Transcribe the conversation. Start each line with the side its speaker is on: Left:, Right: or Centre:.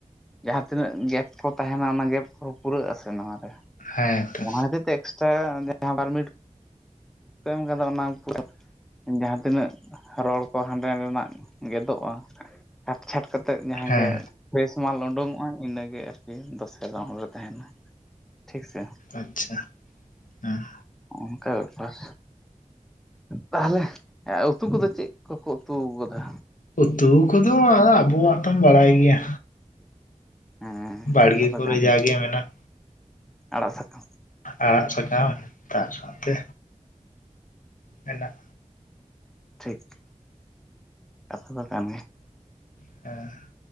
Centre: ᱡᱟᱦᱟᱸ ᱛᱤᱱᱟᱹᱜ ᱜᱮᱯ ᱠᱚ ᱛᱟᱦᱮᱱᱟ ᱚᱱᱟ ᱜᱮᱯ ᱠᱚᱦᱚᱸ ᱯᱩᱨᱟᱹᱜ ᱟᱥᱮ ᱱᱚᱣᱟ ᱨᱮ
Left: ᱦᱮᱸ ᱛᱚ
Centre: ᱚᱱᱟ ᱠᱷᱛᱤᱨ ᱛᱮ ᱥᱮ ᱡᱟᱦᱟᱸ ᱵᱷᱟᱨᱚ ᱢᱤᱱᱤᱴ ᱠᱚ ᱮᱢ ᱠᱟᱫᱟ ᱚᱱᱟ <unintelligible> ᱡᱟᱦᱟᱸ ᱛᱤᱱᱟᱹᱜ ᱨᱚᱲ ᱠᱚ ᱦᱟᱸᱰᱮ ᱱᱟᱰᱮᱱᱟᱜ ᱜᱮᱫᱚᱜᱼᱟ ᱦᱟᱜᱠᱟᱡ ᱠᱟᱴ ᱪᱷᱟᱴ ᱠᱟᱛᱮᱫ ᱡᱟᱦᱟᱸ
Left: ᱦᱮᱸ
Centre: ᱜᱮ ᱯᱷᱨᱮᱥ ᱢᱟᱞ ᱩᱰᱩᱝᱚᱜᱼᱟ ᱤᱱᱟᱹᱜᱮ ᱟᱨᱠᱤ ᱫᱚᱥᱮ ᱜᱟᱱ ᱨᱮ ᱛᱟᱦᱮᱱ ᱟ ᱴᱷᱤᱠ ᱥᱮ
Left: ᱟᱪᱪᱷᱟ ᱦᱮᱸ
Centre: ᱚᱱᱠᱟ ᱵᱮᱯᱟᱨ, ᱛᱟᱦᱚᱞᱮ ᱩᱛᱩ ᱠᱚᱫᱚ ᱪᱮᱫ ᱠᱚᱠᱚ ᱩᱛᱩ ᱟᱠᱟᱫᱟ?
Left: ᱩᱛᱩ ᱠᱚᱫᱚ ᱟᱵᱚᱣᱟᱜ ᱛᱚᱢ ᱵᱟᱲᱟᱭ ᱜᱮᱭᱟ᱾
Centre: ᱦᱮᱸ
Left: ᱵᱟᱲᱜᱮ
Centre: ᱠᱟᱛᱷᱟ ᱫᱚ
Left: ᱠᱚᱨᱮ
Centre: ᱠᱟᱱ ᱜᱮᱭᱟ
Left: ᱡᱟᱜᱮ ᱢᱮᱱᱟᱜ᱾
Centre: ᱟᱲᱟᱜ ᱥᱟᱠᱟᱢ,
Left: ᱟᱲᱟᱜ ᱥᱟᱠᱟᱢ ᱛᱟᱨ ᱥᱟᱶᱛᱮ ᱦᱮᱸᱱᱟᱜ
Centre: ᱴᱷᱤᱠ, ᱠᱟᱛᱷᱟ ᱫᱚ ᱠᱟᱱ ᱜᱮᱭᱟ
Left: ᱚ